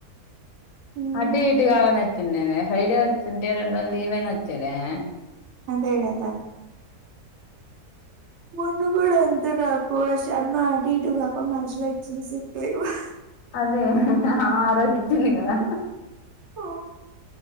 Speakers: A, on the right; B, on the left.
A: హ్మ్.
B: అటూ ఇటు కాకుండత్తుందేమే హ్రై డే వచ్చుంటే రెండు రోజులు లీవ్ అయినా వచ్చేదేమే
A: అదే గదా మన్న కూడా అంతే నాకు ఆ శ్యమ్న అదీ ఇదీ వాకం మధ్యలో ఇచ్చేసేత్తే ఉహ్
B: అదే ఆ రోజు ఇచ్చింది కదా
A: ఆ!